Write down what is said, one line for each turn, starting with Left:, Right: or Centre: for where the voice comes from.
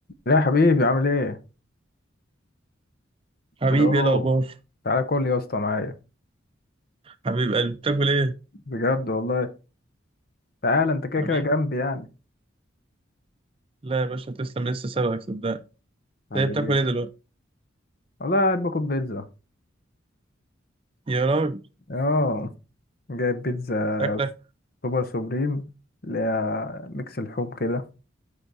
Left: لا يا حبيبي عامل ايه
Right: حبيبي
Left: الو
Right: ايه الاخبار
Left: تعالى كل يا اسطى معايا
Right: حبيب قلبي بتاكل ايه
Left: بجد والله تعالى انت كده
Right: حبيبي
Left: كده جنبي يعني
Right: لا يا باشا تسلم لسه سابقك صدقني
Left: حبيبي
Right: ده بتاكل ايه دلوقتي
Left: والله قاعد باكل بيتزا
Right: يا راجل
Left: اه جايب بيتزا
Right: شكلك
Left: سوبر سوبريم اللي هي ميكس اللحوم كده